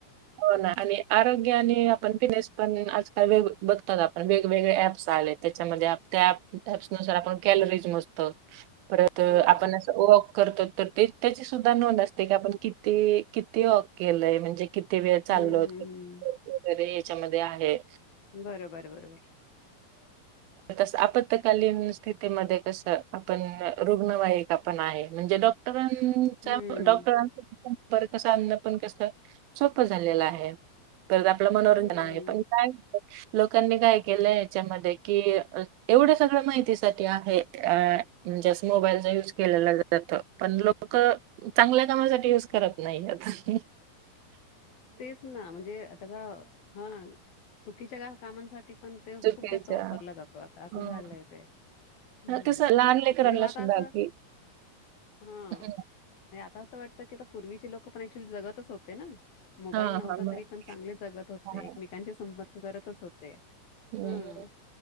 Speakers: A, on the right (about 85°); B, on the left (about 85°).
A: हो ना आणि आरोग्या आणि आपण फिटनेस पण आजकाल वेग बघतात आपण, वेगवेगळे ऍप्स आले त्याच्यामध्ये त्या ऍप्स नुसार आपण कॅलरीज मोजतो. परत आपण
B: बरोबर
A: असं करतो, तर ते त्याची सुद्धा नोंद असते, की आपण कि किती वॉक केलंय म्हणजे किती किती वेळ चाललो
B: हम्म
A: होतो
B: हम्म हम्म
A: वगैरे त्याच्यामध्ये आहे.
B: बरोबर, बरोबर.
A: तस आपकालीन स्थितीमध्ये कस आपण रुग्णवाहिक आपण आहे. म्हणजे डॉक्टर
B: हम्म
A: च डॉक्टर आण. र कस अन्न पण कस सोपं झालेलं आहे. करत आपलं मनोरंजन
B: हम्म
A: आहे पण काय? लोकांनी काय केलं याच्यामध्ये कि एवढं सगळं माहिती साठी आहे म्हणजे मोबाईलचा यूज केलेला पण लोक चांगल्या कामासाठी युज करत नाही आता.
B: तेच ना म्हणजे त्याचा ह चुकीच्या कामांसाठी पण ते खूप
A: चुकीच्या
B: जास्त वापरला जातो आता असं
A: हम्म.
B: झालंय ते. हम्म
A: हां, कसं लहान लेकरांना
B: म्हणजे मग आता
A: सुद्धा
B: असं
A: की
B: हा
A: हं,
B: म्हणजे आता. असं वाटतं की आता पूर्वीची लोक पण ऍक्च्युली जगतच होते ना. मोबाईल
A: हां,
B: नव्हता
A: हां, मग
B: तरी पण चांगले जगत होते
A: हां,
B: एकमेकांचे संपर्क करतच होते.
A: ह्
B: हां.